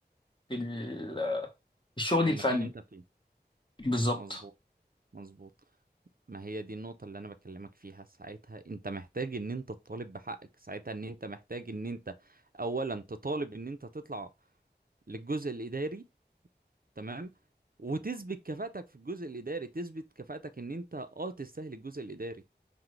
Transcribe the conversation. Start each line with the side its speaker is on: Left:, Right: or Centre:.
Left: في ال- الشغل
Right: في
Left: الفني
Right: المكان اللي انت فيه
Left: بالظبط
Right: مظبوط مظبوط ما هي دي النقطة اللي أنا بكلمك فيها ساعتها أنت محتاج إن أنت تطالب بحقك ساعتها إن أنت محتاج إن أنت أولا تطالب إن أنت تطلع للجزء الإداري تمام وتثبت كفاءتك في الجزء الإداري تثبت كفاءتك إن أنت أه تستاهل الجزء الإداري